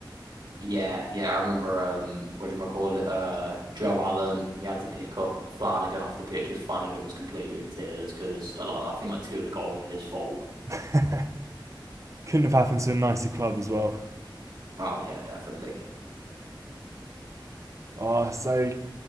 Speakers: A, on the right; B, on the right.
A: Yeah, yeah, I remember um what do you call it? Uh Joe Allen, he had to pick up Flanagan off the pitch because Flanagan was completely in tears because a lot I think like two of the goals were his fault.
B: <laughs> Couldn't have happened to a nicer club as well.
A: Oh yeah, definitely.
B: Oh, so